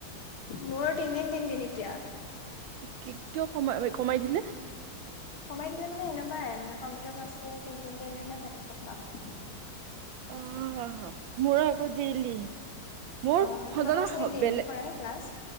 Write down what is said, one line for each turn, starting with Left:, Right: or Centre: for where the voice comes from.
Left: মোৰো তিনদিন তিনদিন এতিয়া
Right: কিয় কমাই কমাই দিলে
Left: কমাই দিলে মানে এনেকুৱাই মানে। কম্পিউটাৰ ক্লাটো তিনদিন তিনদিনে থাকে সপ্তাহত।
Right: অ'! মোৰ আকৌ ডেইলি মোৰ
Left: অ তোমালোকৰ
Right: সজনা
Left: চাগে ডেইলি
Right: বেলেগ
Left: কৰাই
Right: <unintelligible>
Left: ক্লাছ